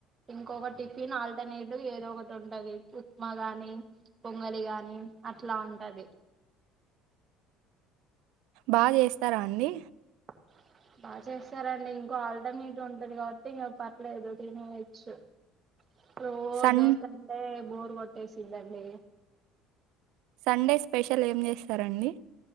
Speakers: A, on the right (about 25°); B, on the right (about 75°).
A: ఇంకొక టిఫిన్ ఆల్టర్నేటివ్ ఏదో ఒకటి ఉంటది ఉప్మా గాని పొంగలి గాని అట్లా ఉంటది
B: బాగ చేస్తార అండి
A: అ బా చేస్తారండి ఇంకో ఆల్టర్నేటివ్ ఉంటది కాబట్టి ఇంగ పర్లేదు తినేయొచ్చు రోజ్
B: సన్
A: దోశ అంటే బోర్ కొట్టేసిందండి
B: సండే స్పెషల్ ఏం చేస్తారండి